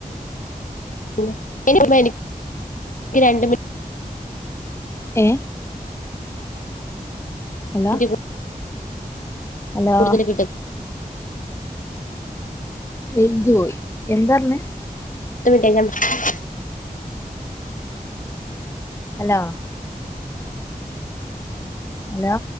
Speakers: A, on the left; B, on the left.
A: <unintelligible>
B: ഏ ഹലാ
A: മിനിറ്റ്
B: ഹലോ
A: കൂടുതൽ കിട്ടും
B: റേഞ്ച് പോയി എന്താ പറഞ്ഞേ
A: തി ഞ <unintelligible>
B: ഹലോ ഹലോ